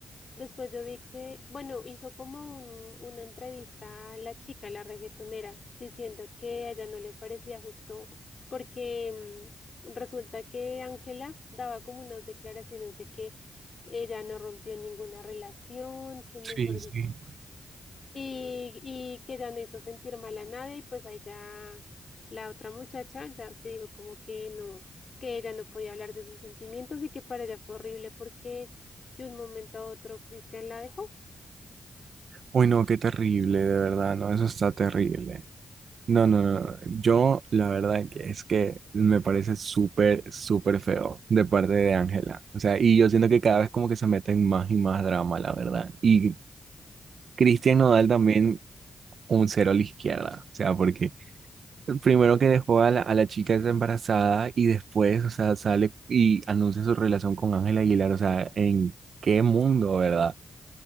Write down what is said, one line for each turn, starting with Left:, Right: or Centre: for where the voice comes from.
Left: después yo vi que, bueno, hizo como un, una entrevista a la chica, la reggaetonera, diciendo que a ella no le parecía justo porque mm, resulta que Ángela daba como unas declaraciones de que ella no rompió ninguna relación, que mejor
Right: Sí, sí.
Left: dicho. y, y que ya no hizo sentir mal a nadie y pues ahí ya la otra muchacha ya se dijo como que no, que ella no podía hablar de sus sentimientos y que para ella fue horrible porque de un momento a otro Cristian la dejó
Right: Uy, no, qué terrible, de verdad, no, eso está terrible. No, no, no. no. Yo, la verdad que es que me parece súper, súper feo de parte de Ángela. O sea, y yo siento que cada vez como que se meten más y más drama, la verdad. Y Cristian Nodal también un cero a la izquierda. O sea, porque primero que dejó a la, a la chica esa embarazada y después, o sea, sale y anuncia su relación con Ángela Aguilar. O sea, ¿en qué mundo, verdad?